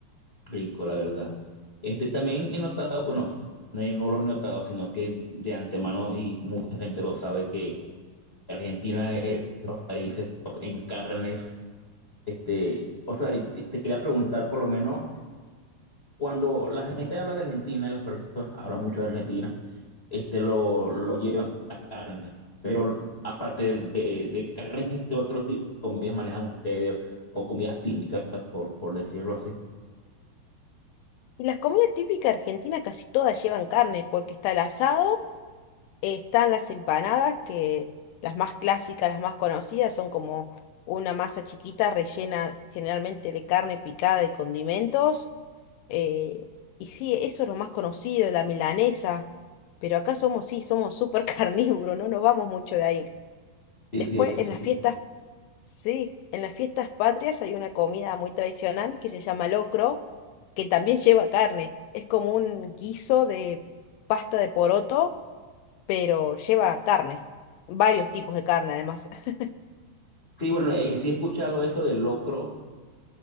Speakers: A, on the left; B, on the left.
A: rico, la verdad. Este, también he notado, bueno, no, he- no lo he notado, sino que de antemano y mucha gente lo sabe que Argentina es de los países top en carnes. Este, o sea, te te quería preguntar, por lo menos, cuando la gente habla de Argentina, y las personas hablan mucho de Argentina, este, lo, lo llevan a carne. Pero aparte de, de carnes, ¿qué otro tipo de comidas manejan ustedes o comidas típicas, por, por decirlo así?
B: Y las comidas típicas argentinas casi todas llevan carne, porque está el asado. Están las empanadas, que las más clásicas, las más conocidas, son como una masa chiquita rellena generalmente de carne picada y condimentos. eh, y sí, eso es lo más conocido, la milanesa. Pero acá somos, sí, somos súper <laughs> carnívoros, no nos vamos mucho de ahí.
A: Sí,
B: Después,
A: sí, eso
B: en las
A: sí.
B: fiestas, sí, en las fiestas patrias hay una comida muy tradicional que se llama locro, que también lleva carne. Es como un guiso de pasta de poroto pero lleva carne, varios tipos de carne además. <laughs>
A: Sí, bueno, eh, sí he escuchado eso del locro,